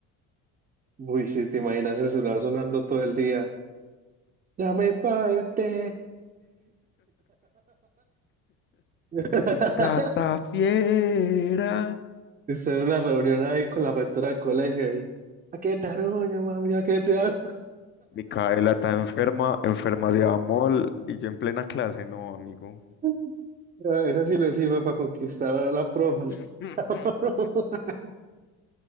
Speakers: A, on the right (about 25°); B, on the left (about 35°).
A: Uy, si te imaginas el celular sonando todo el día. Llame pa' verte. <laughs>
B: Gata fiera.
A: Estar en una reunión ahí con la rectora del colegio y ¿a qué te arruño, mami? ¿A qué te arruño?
B: Micaela está enferma, enferma de amor y yo en plena clase, no, amigo.
A: <laughs> Esa sí le sirve para conquistar a la profe.
B: <laughs>
A: <laughs>